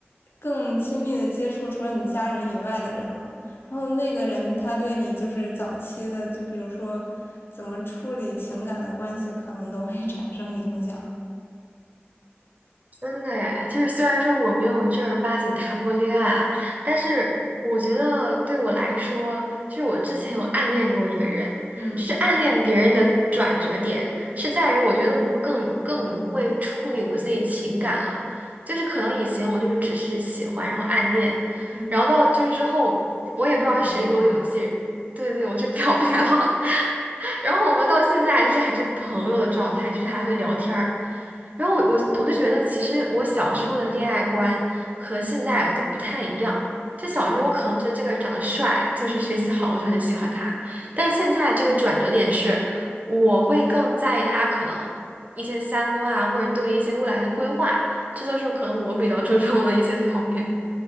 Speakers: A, on the left; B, on the right.
A: 更亲密的接触除了你家人以外的人嘛。然后那个人他对你就是早期的，就比如说怎么处理情感的关系，可能都会 <laughs> 产生影响。
B: 真的哎，就是虽然说我没有正儿八经谈过恋爱啊，但是我觉得对我来说，就是我之前有暗恋过一个人，
A: 嗯
B: 就是暗恋别人的转折点是在于，我觉得我会更更会处理我自己情感了，就是可能以前我就是只是喜欢，然后暗恋，
A: 嗯，
B: 然后到就是之后，我也不知道谁给我勇气，
A: 你表白了吗？
B: 对对对，我就表白了，<laughs> 然后我们到现在就是还是朋友的状态，就是还会聊天儿。然后我我我就觉得，其实我小时候的恋爱观和现在都不太一样。就小时候我可能觉得这个人长得帅，就是学习好，我就很喜欢他。但现在这个转折点是，我会更在意他可能一些三观啊，或者对一些未来的规划，这都是可能我比较 <laughs> 注重的一些方面。